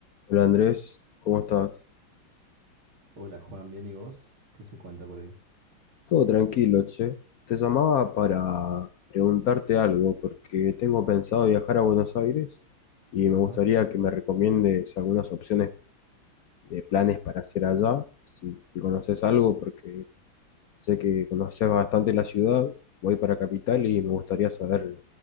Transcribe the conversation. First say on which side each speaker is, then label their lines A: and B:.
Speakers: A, on the left; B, on the right.
A: Hola Andrés, ¿cómo estás?
B: Hola Juan, ¿bien y vos? ¿Qué se cuenta por ahí?
A: Todo tranquilo, che. Te llamaba para preguntarte algo porque tengo pensado viajar a Buenos Aires y
B: Ajá.
A: me gustaría que me recomiendes algunas opciones de planes para hacer allá, si, si conoces algo, porque sé que conoces bastante la ciudad, voy para Capital y me gustaría saber